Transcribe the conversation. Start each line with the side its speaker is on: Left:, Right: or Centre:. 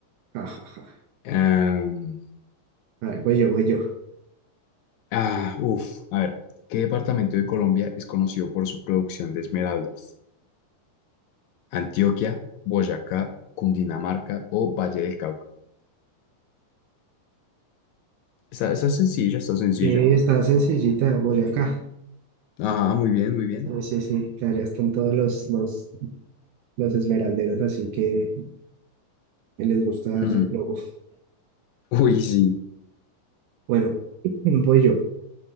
Right: Ja, ja, ja.
Left: Em,
Right: A ver, voy yo, voy yo.
Left: ah, uf, a ver, ¿qué departamento de Colombia es conocido por su producción de esmeraldas? Antioquia, Boyacá, Cundinamarca o Valle del Cauca. Está, está sencillo, está sencillo.
Right: Sí, está sencillita, Boyacá
Left: Ajá, muy bien, muy bien.
Right: Sí, sí, sí. Allá están todos los, los, los esmeralderos, así que les gusta darse
Left: Hmm,
Right: globo.
Left: Uy, sí.
Right: Bueno, <clears throat> voy yo.